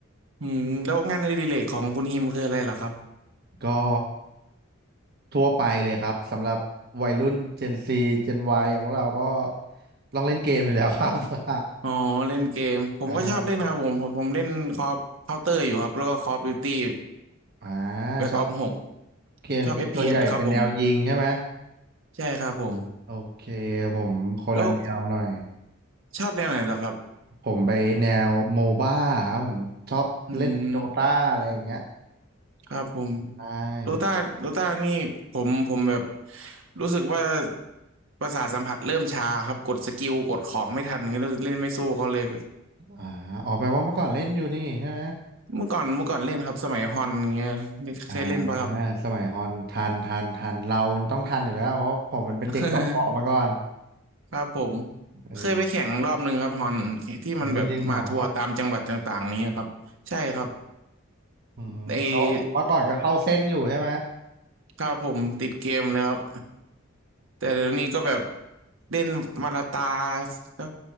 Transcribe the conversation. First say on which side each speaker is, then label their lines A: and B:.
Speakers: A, on the right; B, on the right.
A: อืมแล้วงานอดิเรกของคุณฮิมคืออะไรเหรอครับ
B: ก็ทั่วไปเลยครับสำหรับวัยรุ่น Gen Z Gen Y อย่างพวกเราก็ต้องเล่นเกมอยู่แล้วครับ <laughs>
A: อ๋อเล่นเกมผมก็ชอบเล่นครับผมผมผมเล่นคอเคาน์เตอร์อยู่ครับแล้วก็คอฟดิวตี้
B: อ่าอ่า
A: แบ็กออฟหก
B: ชอบเกมส่วนใหญ่เป็นแนวยิงใช่ไหม
A: ชอบเอฟพีเอสครับผมใช่ครับผม
B: โอเคผมคนละแนวหน่อย
A: แล้วชอบแนวไหนล่ะครับ
B: ผมไปแนวโมบ้าครับผมชอบเล่นโดตาอะไรอย่างเงี้ย
A: อืมครับผม
B: ใช่
A: โดต้าโดต้านี่ผมผมแบบรู้สึกว่าประสาทสัมผัสเริ่มชาครับกดสกิลกดของไม่ทันอย่างเงี้ยรู้สึกเล่นไม่สู้เขาเลย
B: อ่าออกไปลว่าเมื่อก่อนเล่นอยู่นี่ใช่ไหม
A: เมื่อก่อนเมื่อก่อนเล่นครับสมัยฮอนอย่างเงี้ย
B: อ่า
A: เคยเล่นปะครับ
B: สมัยฮอนทันทันทันเรามันต้องทันอยู่แล้วเพราะผมมันเป็นเด็กเกาะเปาะมาก่อน
A: <laughs> ครับผม
B: เออ
A: เคยไปแข่งรอบหนึ่งครับฮอนที่มันแบบมาทัวร์ตามจังหวัดต่างๆอย่างเงี้ยครับใช่ครับ
B: โอ้ยจริงเหรออืมแล้วเมื่อก่อนก็เข้าเส้นอยู่ใช่ไหม
A: ไอครับผมติดเกมเลยครับ แต่เดี๋ยวนี้ก็แบบเล่นมันละตาสัก